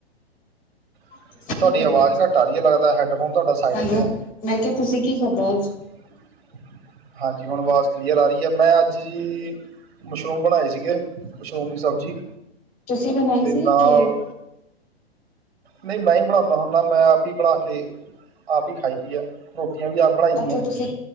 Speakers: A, on the right; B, on the left.
A: <inaudible>
B: ਤੁਸੀਂ
A: ਤੁਹਾਡੀ
B: ਕੀ ਕਰਨਾ
A: ਆਵਾਜ਼ ਘੱਟ ਆ ਰਹੀ ਆ ਲੱਗਦਾ ਹੈਡਫੋਨ ਤੁਹਾਡਾ ਸਾਈਡ
B: ਹੈਲੋ
A: 'ਤੇ ਹੈ
B: ਮੈਂ ਕਿਹਾ ਤੁਸੀਂ ਕੀ ਖਾਧਾ
A: ।
B: ਅੱਜ
A: ਹਾਂਜੀ ਹੁਣ ਆਵਾਜ਼ ਕਲੀਅਰ ਆ ਰਹੀ ਹੈ । ਮੈਂ ਅੱਜ ਜੀ ਮਸ਼ਰੂਮ ਬਣਾਏ ਸੀਗੇ ਮਸ਼ਰੂਮ ਦੀ ਸਬਜ਼ੀ
B: ਤੁਸੀ ਬਣਾਈ
A: ਤੇ
B: ਸੀ
A: ਨਾਲ
B: ਕਿ
A: ਨਹੀਂ ਮੈਂ ਹੀ ਬਣਾਉਦਾ ਹੁੰਦਾ ਮੈਂ ਆਪ ਹੀ ਬਣਾ ਕੇ ਆਪ ਹੀ ਖਾਈ ਦੀਆਂ ਰੋਟੀਆਂ ਵੀ ਆਪ ਬਣਾਈ ਦਆਂ
B: ਅੱਛਾ ਤੁਸੀਂ